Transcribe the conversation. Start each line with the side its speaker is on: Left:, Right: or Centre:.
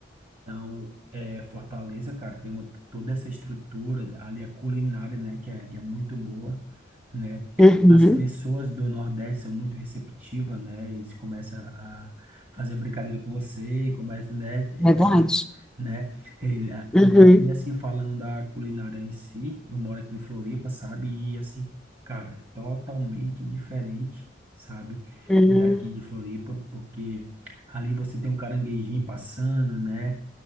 Right: Então, é, Fortaleza, cara, tem um- toda essa estrutura ali, a culinária, né? Que é, que é muito boa né?
Centre: Uhum.
Right: As pessoas do Nordeste são muito receptivas, né? Eles começam a fazer brincadeira com você, começa, né? É,
Centre: Verdade.
Right: brin né? Ele, a-
Centre: Uhum.
Right: e, a- e assim, falando da culinária em si, eu moro aqui em Floripa, sabe? E assim, cara, é totalmente diferente, sabe?
Centre: Uhum.
Right: Daqui de Floripa, porque ali você tem um caranguejinho passando, né?